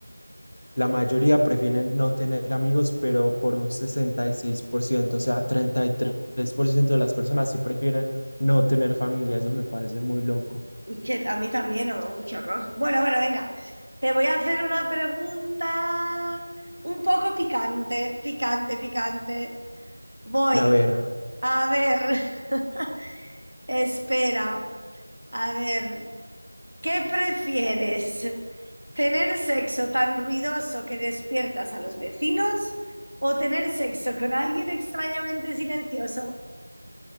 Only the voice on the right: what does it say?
Uy, que a mí también, oh, uy, qué horror. Bueno, bueno, venga. Te voy a hacer una pregunta un poco picante, picante, picante. Voy,
a ver. <laughs> Espera, a ver, ¿qué prefieres? ¿Tener sexo tan ruidoso que despiertas a los vecinos o tener sexo con alguien extrañamente silencioso?